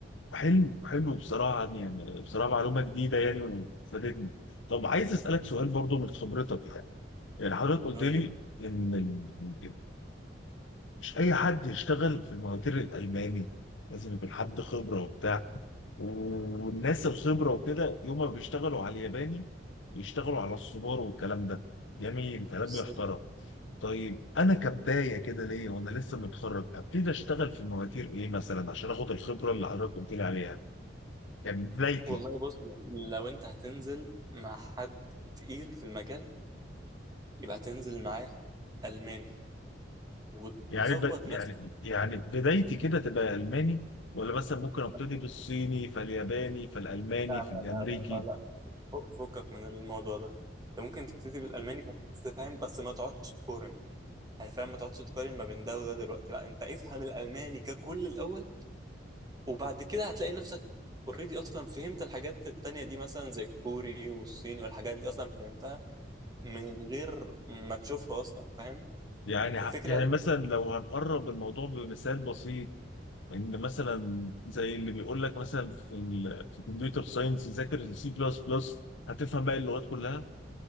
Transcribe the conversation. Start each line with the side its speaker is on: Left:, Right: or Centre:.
Left: حلو حلو بصراحه يعني يعني بصراحه معلومه جديده يعني وفادتني طب عايز اسالك سؤال برضو من خبرتك يعني يعني حضرتك قلت
Right: نقول
Left: لي ان ال- مش اي حد يشتغل في المواتير الالماني لازم يكون حد خبره وبتاع والناس الخبره وكده يوم ما بيشتغلوا على الياباني بيشتغلوا على الصبار والكلام ده جميل كلام
Right: يعني
Left: يحترم طيب انا كبدايه كده ليا وانا لسه متخرج ابتدي اشتغل في مواتير ايه مثلا عشان اخد الخبره اللي حضرتك قلت لي عليها يعني بدايتي
Right: والله بص لو انت هتنزل مع حد تقيل في المجال يبقى تنزل معاه ألماني وتظبط
Left: يعني ب... يعني
Right: نفسك
Left: يعني بدايتي كده تبقى الماني ولا مثلا ممكن ابتدي
Right: بس
Left: بالصيني فالياباني فالالماني
Right: لا
Left: فالامريكي
Right: لا لا لا لا لا فكك من الموضوع ده انت ممكن تبتدي بالألماني بس فاهم بس ما تقعدش تقارن يعني فاهم ما تقعدش تقارن ما بين ده وده دلوقتي لا انت افهم الألماني ككل الأول وبعد كده هتلاقي نفسك اوريدي اصلا فهمت الحاجات التانية دي مثلا زي الكوري والصيني والحاجات دي اصلا فهمتها من غير ما تشوفها اصلا فاهم
Left: يعني
Right: فالفكرة
Left: ع- يعني مثلا لو هنقرب الموضوع بمثال بسيط ان مثلا زي اللي بيقول لك مثلا في ال- في الكمبيوتر ساينس ذاكر السي بلس بلس هتفهم باقي اللغات كلها